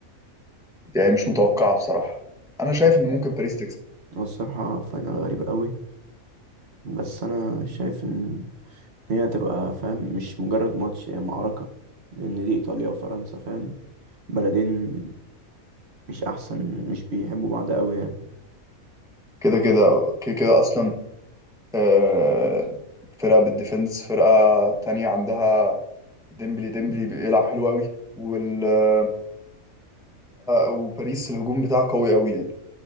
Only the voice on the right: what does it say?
هو
هو الصراحه فاينل غريب قوي بس انا شايف ان هي هتبقى فاهم مش مجرد ماتش هي معركه لان دي ايطاليا وفرنسا فاهم بلدين مش احسن مش بيحبوا بعض قوي يعني